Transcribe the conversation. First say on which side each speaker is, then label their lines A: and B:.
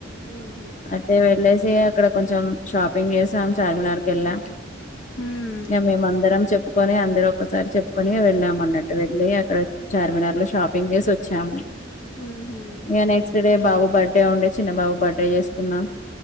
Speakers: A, on the left; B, on the left.
A: ఉహు
B: అయితే వెళ్ళేసి ఇక్కడ కొంచెం షాపింగ్ చేసాం చార్మినార్కెళ్లా
A: ఉహు
B: ఇగ మేమందరం చెప్పుకొని అందరం ఒక్కసారి చెప్పుకొని వెళ్ళామన్నట్టు వెళ్ళి అక్కడ చార్మినార్ లో షాపింగ్ చేసి వచ్చాము
A: హు హమ్
B: ఇగ నెక్స్ట్ డే బాబు బర్త్డే ఉండే చిన్న బాబు బర్త్డే చేసుకున్నాం